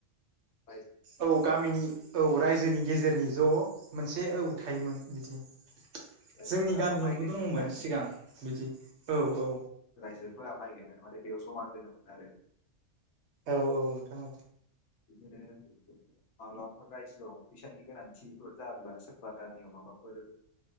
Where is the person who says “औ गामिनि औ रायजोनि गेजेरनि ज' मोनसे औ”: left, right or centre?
Right